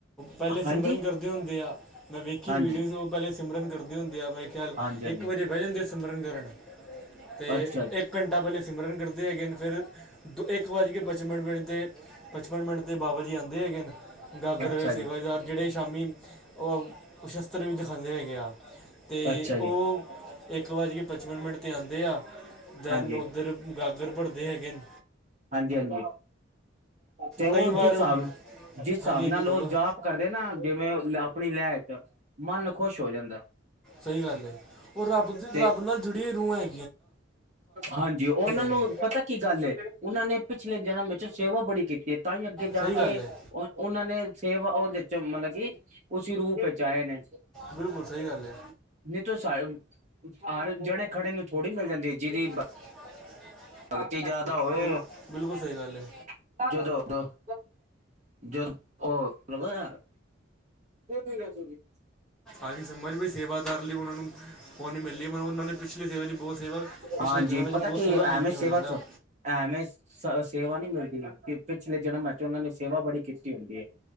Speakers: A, in the centre; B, on the right.
A: ਪੈੱਲੇ
B: ਹਾਂਜੀ
A: ਸਿਮਰਨ ਕਰਦੇ ਹੁੰਦੇ ਆ, ਮੈਂ ਵੇਖੀ
B: ਹਾਂਜੀ
A: ਵੀਡੀਓਜ਼ ਓ ਪੈਂਲੇ ਸਿਮਰਨ ਕਰਦੇ ਹੁੰਦੇ ਆ ਮੇਰੇ ਖਿਆਲ
B: ਹਾਂਜੀ
A: ਇੱਕ ਵਜੇ
B: ਹਾਂਜੀ
A: ਬੈ ਜਾਂਦੇ ਸਿਮਰਨ ਕਰਨ ਤੇ
B: ਅੱਛਾ ਜੀ
A: ਇੱਕ ਘੰਟਾ ਪੈਲੇ ਸਿਮਰਨ ਕਰਦੇ ਹੈਗੇ ਨ ਫਿਰ ਦੋ ਇੱਕ ਵੱਜ ਕੇ ਪਚਮਣ ਮਿਨਟ ਤੇ ਪਚਪਨ ਮਿੰਟ ਤੇ ਬਾਬਾ ਜੀ ਆਂਦੇ ਹੈਗੇ ਨ। ਗਾਗਰ
B: ਅੱਛਾ
A: ਦੇ ਸੇਵਾਏਦਾਰ
B: ਜੀ
A: ਜੇੜੇ ਸ਼ਾਮੀ ਓ ਸ਼ਸਤਰ ਵੀ ਦਿਖਾਂਦੇ ਹੈਗੇ ਆ‌‌। ਤੇ
B: ਅੱਛਾ ਜੀ
A: ਓ ਇੱਕ ਵੱਜ ਕੇ ਪਚਪਨ ਮਿੰਟ ਤੇ ਆਂਦੇ ਆ, ਦੈਨ
B: ਹਾਂਜੀ
A: ਓਧਰ ਗਾਗਰ ਭਰਦੇ ਹੈਗੇਨ
B: ਹਾਂਜੀ-ਹਾਂਜੀ, ਤੇ ਓ
A: ਕਈ
B: ਜਿਸ
A: ਵਾਰ
B: ਸਾਬ
A: ਹਾਂਜੀ
B: ਜਿਸ ਸਾਬ ਨਾਲ
A: ਹਾਂਜੀ
B: ਓ
A: ਬੋਲੋ
B: ਜਾਪ ਕਰਦੇ ਨਾ, ਜਿਵੇਂ ਓ ਅਪਣੀ ਲੈ ਚ ਮਨ ਖੋਸ਼ ਹੋ ਜਾਂਦਾ।
A: ਸਈ ਗੱਲ ਏ, ਓ ਰੱਬ ਦੀ
B: ਤੇ
A: ਰੱਬ ਨਾਲ ਜੁੜੀ ਹੁਈ ਰੂਹ ਹੈ।
B: ਹਾਂਜੀ, ਉਨਾਂ ਨੂੰ
A: ਨੇ
B: ਪਤਾ ਕੀ ਗੱਲ ਐ, ਉਨਾਂ ਨੇ ਪਿਛਲੇ ਜਨਮ ਇੱਚ ਸੇਵਾ ਬੜੀ ਕੀਤੀ ਐ ਤਾਂ ਈ ਅੱਗੇ ਜਾ
A: ਸਹੀ ਗੱਲ
B: ਕੇ
A: ਹੈ
B: ਉਨਾਂ ਨੇ ਸੇਵਾ ਓਦੇ ਚ ਮਤਲਬ ਕਿ ਓਸੀ ਰੂਪ ਚ ਆਏ ਨੇ।
A: ਬਿਲਕੁਲ ਸਈ ਗੱਲ ਏ।
B: ਨਹੀਂ ਤ <unintelligible> ਹਰ ਜਣੇ ਖੜੇ ਨੂੰ ਥੋੜੀ ਮਿਲ ਜਾਂਦੀ ਜਿਦੀ
A: <unintelligible>
B: ਭਗਤੀ ਜੈਦਾ ਹੋਏ
A: ਬਿਲ- ਬਿਲਕੁਲ ਸਈ ਗੱਲ ਏ।
B: <unintelligible> <unintelligible>
A: ਆ ਗੀ ਸਮਝ ਵੀ ਸੇਵਾਦਾਰ ਲਈ ਉਨਾਂ ਨੂੰ ਹੁਨ ਨੀ ਮਿਲੀ ਮਤਲਬ ਉਨਾਂ ਨੇ ਪਿਛਲੀ ਜੀਵਨ ਚ ਬੌਤ ਸੇਵਾ, ਪਿਛਲੇ
B: ਹਾਂਜੀ
A: ਜਨਮ ਚ
B: ਪਤਾ
A: ਬੌਤ
B: ਕੀ
A: ਸੇਵਾ
B: ਐਵੇਂ
A: ਕੀਤੀ
B: ਸੇਵਾ
A: ਹੋਣੀ ਨਾ।
B: ਤੋਂ ਐਵੇਂ ਸ ਸੇਵਾ ਨੀ ਮਿਲਦੀ ਕਿ ਪਿਛਲੇ ਜਨਮ ਚ ਉਨਾਂ ਨੇ ਸੇਵਾ ਬੜੀ ਕੀਤੀ ਹੁੰਦੀ ਐ।